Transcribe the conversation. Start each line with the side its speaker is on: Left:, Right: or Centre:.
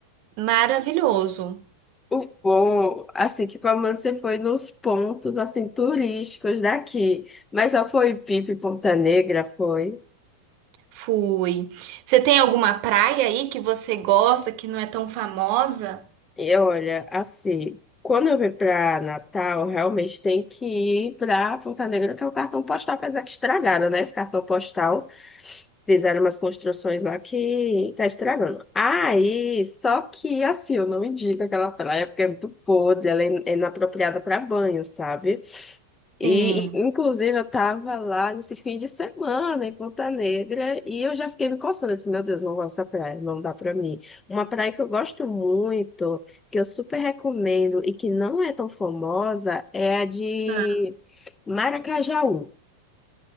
Right: Maravilhoso.
Left: O bom, assim, que pelo menos você foi nos pontos, assim, turísticos daqui. Mas só foi Pipa e Ponta Negra, foi?
Right: Fui. Você tem alguma praia aí que você gosta, que não é tão famosa?
Left: E olha, assim, quando eu vim para Natal, realmente tem que ir para Ponta Negra, que é o cartão postal, apesar que estragaram, né? Esse cartão postal. Fizeram umas construções lá que tá estragando. Aí, só que assim, eu não indico aquela praia porque é muito podre, ela é in- é inapropriada para banho, sabe? E,
Right: Sim.
Left: in- inclusive, eu tava lá nesse fim de semana em Ponta Negra e eu já fiquei me coçando. Eu disse, meu Deus, não gosto dessa praia, não dá pra mim. Uma praia que eu gosto muito que eu super recomendo e que não é tão famosa é a de
Right: Ah,
Left: Maracajaú.